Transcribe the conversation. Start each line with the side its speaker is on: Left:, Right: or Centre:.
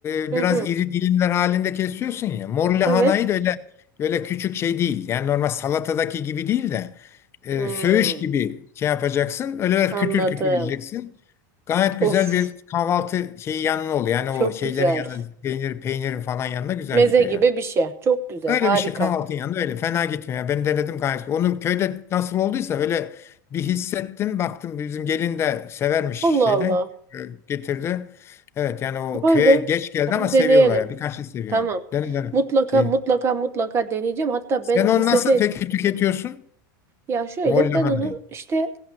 Left: e,
Right: Hı
Left: biraz
Right: hı.
Left: iri dilimler halinde kesiyorsun ya. Mor lahanayı
Right: Evet.
Left: da öyle böyle küçük şey değil. Yani normal salatadaki gibi değil de e,
Right: Hmm,
Left: söğüş gibi şey yapacaksın. Öyle biraz
Right: anladım.
Left: kütür kütür yiyeceksin. Gayet
Right: Of
Left: güzel bir kahvaltı şeyi yanına oluyor. Yani
Right: çok
Left: o şeylerin
Right: güzel.
Left: yanında peynir, peynirin falan yanında güzel
Right: Meze
Left: gidiyor
Right: gibi
Left: yani.
Right: bir şey. Çok güzel
Left: Öyle
Right: harika.
Left: bir şey kahvaltının yanında öyle fena gitmiyor. Yani ben denedim gayet. Onu köyde nasıl olduysa öyle bir hissettim. Baktım bizim gelin de severmiş
Right: Allah
Left: şeyden
Right: Allah.
Left: e, getirdi. Evet yani o
Right: Vay
Left: köye
Right: be.
Left: geç geldi
Right: Onu
Left: ama seviyorlar
Right: deneyelim.
Left: ya. Birkaç şey seviyor.
Right: Tamam.
Left: Dene dene.
Right: Mutlaka
Left: Şeyin.
Right: mutlaka mutlaka deneyeceğim. Hatta
Left: Sen
Right: ben
Left: onu
Right: lisede
Left: nasıl peki tüketiyorsun?
Right: Ya şöyle
Left: Mor lahanayı.
Right: ben onu işte